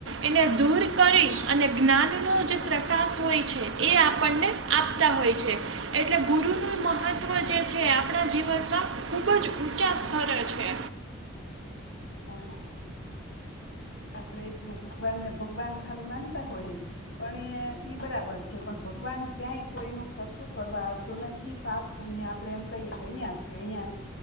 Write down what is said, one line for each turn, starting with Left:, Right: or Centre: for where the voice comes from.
Right: એને દૂર દૂર કરી અને જ્ઞાનનો જે પ્રકાશ હોય છે એ આપણને આપતા હોય છે. એટલે ગુરુનું મહત્વ જે છે એ આપણા જીવનમાં ખૂબ જ ઊંચા સ્તર છે.
Left: હા હા આપડે જો ભગવાન ને ભગવાન ખાલી માનતા હોય પણ એ ઈ બરાબર છે પણ ભગવાન ક્યાંય કોઈ નું કશું કરવા આવતું નથી પાપ પુણ્ય આપડે એમ કહીએ કે અહિયાં છે અહિયાં